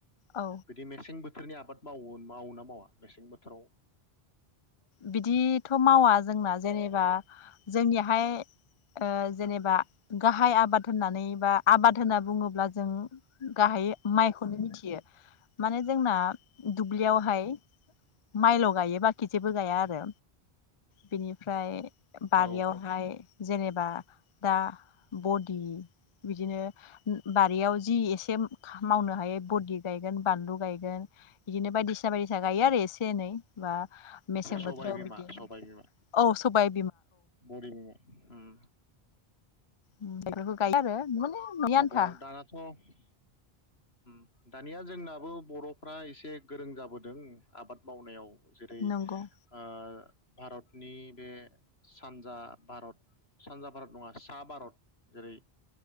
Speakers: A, on the left; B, on the left.
A: औ
B: बिदि मेसें बो बोथोरनि आबाद माव मावो मावोना मावा मेसें बोथोराव
A: बिदि थ' मावा जोंना जेनेबा जोंनिहाय ओ जेनेबा गाहाइ आबाद होननानै बा आबाद होनना बुङोब्ला होनब्ला जों गाहायै माइखौनो मिथियो। माने जोंना दुब्लियावहाय माइल' गायो बाखि जेबो गाया आरो बेनिफ्राय बारियावहाय
B: ओ औ
A: जेनेबा दा बदि बिदिनो बारियाव जि एसे मावनो हायै बदि गायगोन बानलु गायगोन बिदिनो बायदिसिना बायदिसिना गायो आरो एसे एनै बा मेसें
B: सबाय
A: बोथोराव
B: बिमा
A: बिदिनो
B: सबाय बिमा
A: औ सबाय
B: बरि बिमा उम।
A: उम बेफोरखौ गायो आरो माने न'नि
B: माबायाव
A: आन्था।
B: दानाथ' उम दानिया जोंनाबो बर'फ्रा एसे गोरों जाबोदों आबाद मावनायाव। जेरै ओ
A: नंगौ
B: भारतनि बे सानजा भारत सानजा भारत नङा सा भारत जेरै